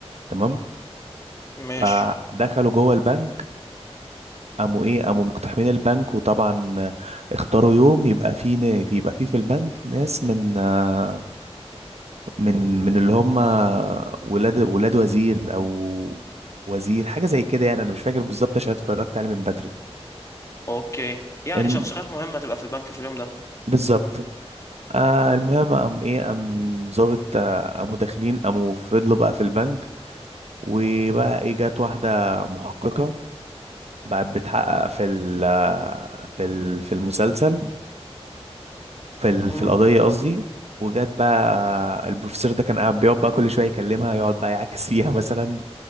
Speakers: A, on the right; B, on the left.
A: تمام
B: ماشي
A: فدخلوا جوه البنك قاموا ايه قاموا مقتحمين البنك وطبعا آه، اختاروا يوم يبقى فيه نا- يبقى فيه في البنك ناس من آه، من من اللي هم ولاد ولاد وزير او وزير حاجة زي كده يعني انا مش فاكر بالظبط عشان اتفرجت عليه من بدري
B: اوكي يعني
A: الم...
B: شخصيات مهمة تبقى في البنك في اليوم ده
A: بالظبط آه المهم قام ايه قام ظابط آه، قاموا داخلين قاموا فضلوا بقى في البنك وبقى ايه جت واحدة محققة بقت بتحقق في ال آه، في ال في المسلسل في ال
B: امم
A: في القضية قصدي وجت بقى آه، البروفيسور ده كان قاعد بيقعد بقى كل شوية يكلمها يقعد بقى يعاكس <laughs> فيها مثلا